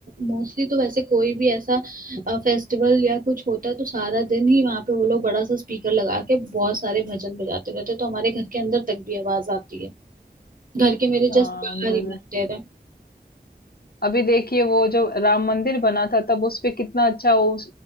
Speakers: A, on the right; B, on the left.
A: मोस्टली तो वैसे कोई भी ऐसा फेस्टिवल या कुछ होता है तो सारा दिन ही वहां पे वो लोग बड़ा सा स्पीकर लगा के बहुत सारे भजन बजाते रहते हैं तो हमारे घर के अंदर तक भी आवाज आती है घर के मेरे
B: हाँ
A: जस्ट बाहर
B: म्यूजिक
A: ही मंदिर है
B: अभी देखिए वो जो राम मंदिर बना था तब उस पे कितना अच्छा वो